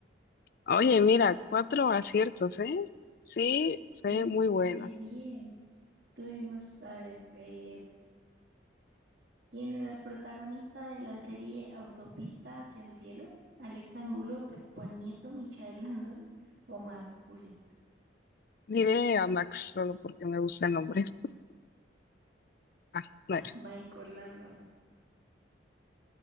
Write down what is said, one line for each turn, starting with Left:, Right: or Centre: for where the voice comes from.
Left: Oye, mira, cuatro aciertos, ¿eh? Sí, fue
Right: Pues
Left: muy buena.
Right: re bien. Tuvimos, a ver, eh. quien era el protagonista de la serie Autopista hacia el cielo, Alex Angulo, Pepo Nieto, Michael Landon o más culpa,
Left: Diré a Max solo porque me gusta el nombre. Ah, no,
Right: Michael Landon.